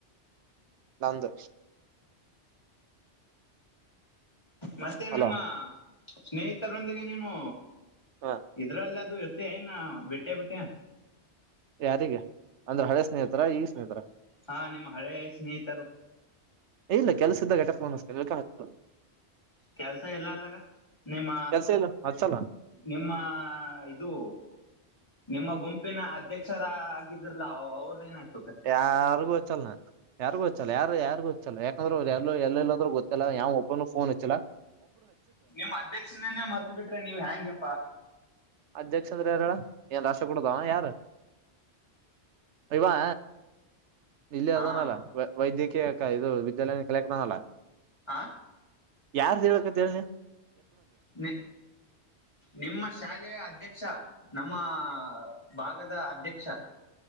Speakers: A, on the right; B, on the left.
A: ನಂದ್
B: ಮತ್ತೆ
A: ಹಲೋ
B: ನಿಮ್ಮ ಸ್ನೇಹಿತರೊಂದಿಗೆ ನೀನು
A: ಹಾ
B: ಇದ್ರಲ್ಲಿ ಅದು ಏನ್ನ ಬಿಟ್ಟೆ ಬಿಟ್ಟೆ
A: ಯಾರಿಗೆ ಅಂದ್ರೆ ಹಳೆ ಸ್ನೇಹಿತರ ಈ ಸ್ನೇಹಿತರ
B: ಹಾ ನಿಮ್ಮ ಹಳೇ ಸ್ನೇಹಿತರು
A: ಇಲ್ಲ ಕೆಲ್ಸ ಇದ್ದಾಗಟ ಫೋನ್ ಹತ
B: ಕೆಲ್ಸ ಎಲ್ಲಾರ್ದಾಗ ನಿಮ್ಮ
A: ಕೆಲ್ಸ ಇಲ್ಲ ಹಚ್ಚಲ್ಲ
B: ನಿಮ್ಮ ಇದು ನಿಮ್ಮ ಗುಂಪಿನ ಅಧ್ಯಕ್ಷರ ಆಗಿದ್ರಲ ಅವ್ರದಏನಾಯ್ತ
A: ಯಾರ್ಗು ಗತ್ತ ಚ್ಚಲ್ಲ ಯಾರಿಗು ಹಚ್ಚಲ್ಲ ಯಾರು ಯಾರಿಗು ಹಚ್ಚಲ್ಲ ಯಾಕಂದ್ರ ಎಲ್ಲ ಎಲ್ಲೆಲ್ಲದ್ೂ ಗೊತ್ತಿಲ್ಲ ಯಾವ ಒಬ್ಬನು ಫೋನ್ ಇಚ್ಚಿಲ್ಲಾ
B: ನಿಮ್ಮ್ ಅಧ್ಯಕ್ಷನೇನೆೇ ಮತ್ ಬಿಟ್ರೆ ನೀವ್ ಹೆ್ಯಾಂಗಗೆಪ್ಪಾ
A: ಅಧ್ಯಕ್ಷ ಅಂದ್ರ ಯಾರಳ ಏನ್ ರಾಶ ಕೊಡದ ಯಾರ ಯವಾ ಇಲ್ಲಿ
B: ಹಾ
A: ಅದನಲ್ಲ ವೈದ್ಯಕೀಯ ಇದು ವಿದ್ಯಾಲಯ ಕಲಕ್ನಲ್ಲ
B: ಆಾ
A: ಯಾರ್ದ ಹೇಳಳ್ಕತ್ ಹೇಳನಿ
B: ನಿ ನಿಮ್ಮ ಶಾಲೆಯ ಅಧ್ಯಕ್ಷ ನಮ್ಮ ಭಾಗದ ಅಧ್ಯಕ್ಷ